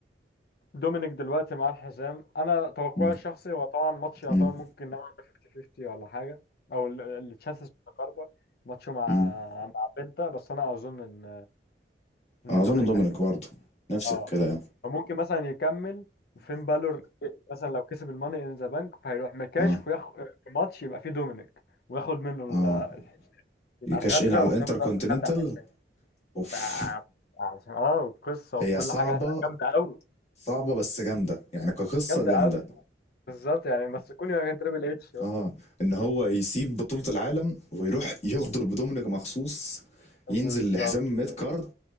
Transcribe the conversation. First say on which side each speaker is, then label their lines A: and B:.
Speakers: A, on the left; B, on the left.
A: دومينيك دلوقتي مع الحزام انا توقعي
B: مم.
A: الشخصي هو طبعا ماتش يعتبر
B: امم
A: ممكن نوعا ما 50 50 ولا حاجة او التشانسز متقاربة ماتشه مع
B: امم
A: مع بنتا بس انا اظن ان ان
B: اظن
A: دومينيك
B: دومينيك
A: هيكسب
B: برضه نفس
A: اه
B: الكلام
A: فممكن مثلا يكمل وفين بالور مثلا لو كسب الماني ان ذا بانك فهيروح مكاش
B: اه
A: وياخد في ماتش يبقى فيه دومينيك وياخد منه ال-
B: اه
A: الحزام يبقى
B: يكاش
A: غدرة
B: ان على
A: وفي
B: الانتر
A: نفس
B: كونتيننتال
A: الوقت خد الحزام
B: اوف
A: ف- عشان اه القصة وكل
B: هي صعبه
A: حاجة هتبقى جامدة قوي
B: صعبه بس جامده يعني كقصه
A: جامدة
B: جامده
A: قوي بالظبط يعني مسكوني يا كان تريبل اتش بقى.
B: اه ان هو يسيب بطوله العالم ويروح يغدر بدومينيك مخصوص ينزل
A: بالظبط
B: لحزام ميد كارد